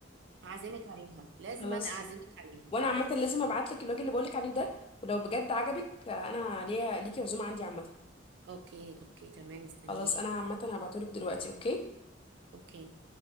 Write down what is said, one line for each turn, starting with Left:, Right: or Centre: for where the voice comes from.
Right: هعزمك عليها لازم
Left: خلاص
Right: انا اعزمك عليها
Left: وانا عامه لازم ابعت لك الراجل اللي بقولك عليه ده ولو بجد عجبك آه، انا ليا ليكي عزومه عندي عامه
Right: اوكي اوكي تمام مستنياك
Left: خلاص انا عامه هبعتهولك دلوقتي اوكي
Right: اوكي